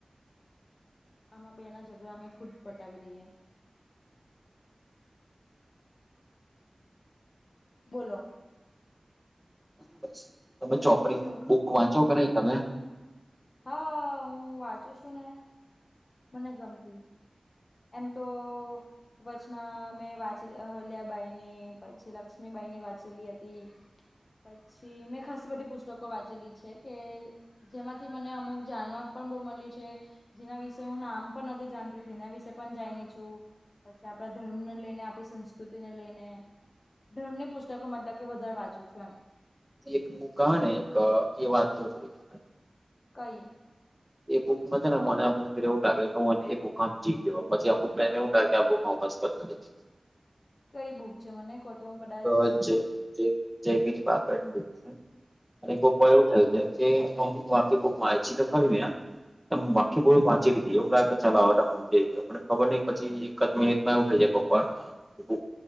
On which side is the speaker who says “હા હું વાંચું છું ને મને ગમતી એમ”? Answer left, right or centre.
Left